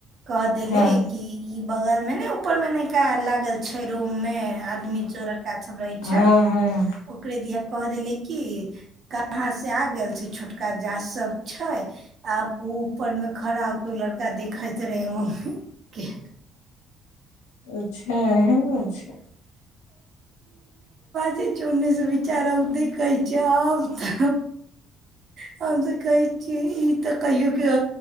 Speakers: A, on the right; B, on the left.
A: कह देले
B: हँ
A: कि ई बगल मे। ऊपर में नयका लागल छै रुम में आदमी जो। कथ रहै
B: हँ
A: छै
B: हँ
A: ओके दििय कह देेलै की कहाँ से आ गेल छी छोटका सब छै आब ओ ऊपर मे खड़ा हो के लड़का देखैत रहे मम्मी के।
B: अच्छा एहन बात छै
A: चोड़ने से विचार औदे कहै छिय आब तऽ हम त कहै छीिय ई तऽ कहियो के